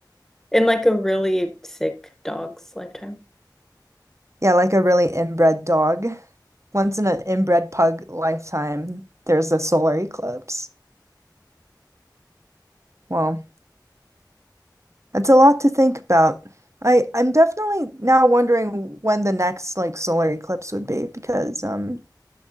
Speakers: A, in the centre; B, on the right (about 40°).
A: In like a really sick dog's lifetime.
B: Yeah, like a really inbred dog. Once in an inbred pug lifetime, there's a solar eclipse. Well, that's a lot to think about. I I'm definitely now wondering when the next like solar eclipse would be because um